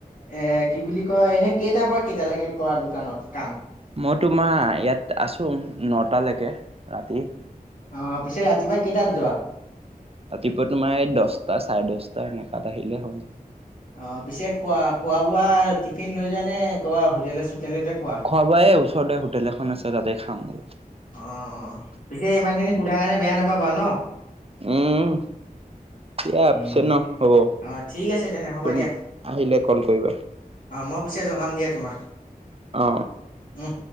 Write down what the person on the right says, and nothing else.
মই তোমাৰ ইয়াত আছোঁ নটা লৈকে ৰাতি।
ৰাতিপুৱা তোমাৰ এই দহটা চাৰে দহটা এনেকাত আহিলে হ'ল।
সোৱা-বোৱা ওচৰতে হোটেল এখন আছে তাতে খাওঁগৈ।
উম, তিয়া
আপছে ন, হ'ব।
তুমি
আহিলে ক'ল কৰিবা।
অ,